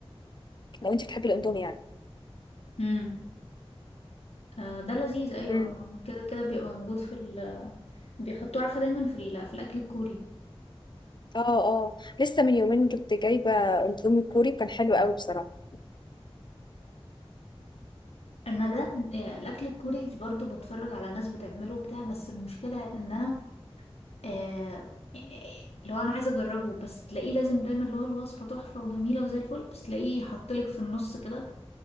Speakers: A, on the left; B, on the left.
A: لو انت بتحبي الاندومي يعني
B: امم آه، ده لذيذ ايوه
A: امم
B: كده كده بيبقى موجود في ال بيحطوه عارفه دايما في ال... في الاكل الكوري
A: اه اه لسه من يومين كنت جايبه اندومي كوري كان حلو قوي بصراحه
B: انا ده آه، الاكل الكوري برضو بتفرج على ناس بتعمله وبتاع بس المشكله ان انا آه اللي هو انا عايزه اجربه بس تلاقيه لازم دايما اللي هو الوصفه تحفه وجميله وزي الفل بس تلاقيه حطلك في النص كده